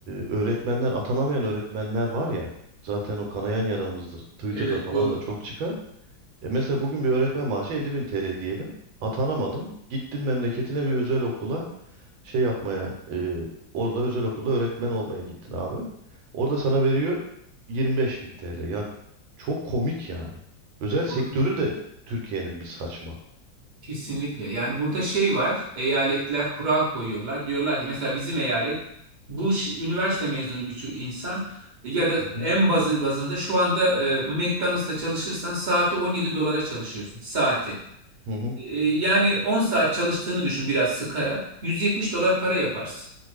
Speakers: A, on the right; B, on the right.
A: öğretmenler atanamayan öğretmenler var ya zaten o kanayan yaramızdır. Twitter'da
B: evet
A: falan
B: doğru.
A: da çok çıkar. E mesela bugün bir öğretmen maaşı 50 bin TL diyelim. Atanamadın. Gittin memleketine bir özel okula şey yapmaya e, orada özel okulda öğretmen olmaya gittin abi. Orada sana veriyor 25 bin TL. Ya çok komik yani. Özel sektörü
B: Doğru.
A: de Türkiye'nin bir saçma.
B: Kesinlikle. Yani burada şey var, eyaletler kural koyuyorlar. Diyorlar ki mesela bizim eyalet bu ş- üniversite mezunu birçok insan ya da
A: Hı
B: en
A: hı.
B: bazı bazında şu anda e, McDonald's'ta çalışırsan saati 17 dolara çalışıyorsun saati.
A: Hı hı.
B: E, yani 10 saat çalıştığını düşün biraz sıkarak 170 dolar para yaparsın.